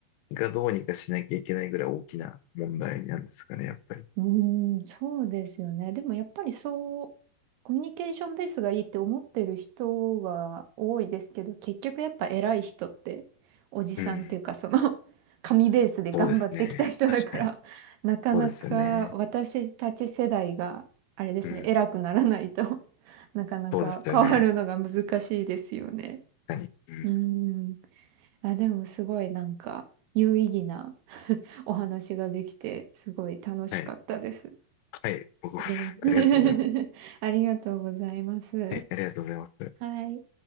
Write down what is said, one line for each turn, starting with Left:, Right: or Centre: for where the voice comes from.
Left: がどうにかしなきゃいけないぐらい大きな問題なんですかね、やっぱり。
Right: うーん、そうですよね。でもやっぱりそう、コミュニケーションベースがいいって思ってる人が多いですけど、結局やっぱ偉い人って、おじさんっていうか、
Left: うん、
Right: その <laughs> 紙ベースで頑張ってきた人だから、
Left: そうですね。確かに。
Right: <laughs> なかなか私たち世代が、
Left: そうですよね。
Right: あれですね、
Left: うん、
Right: 偉くならないと <laughs> なかなか変わるのが難しいですよね。
Left: そうですよね。何うん、
Right: うーん。あ、でもすごいなんか、有意義な <laughs> お話ができて、すごい楽しかったです。
Left: はい。はい、僕も
Right: げん
Left: <laughs>
Right: <laughs>
Left: ありがとうございます。
Right: ありがとうございます。
Left: はい、ありがとうございます。
Right: はい。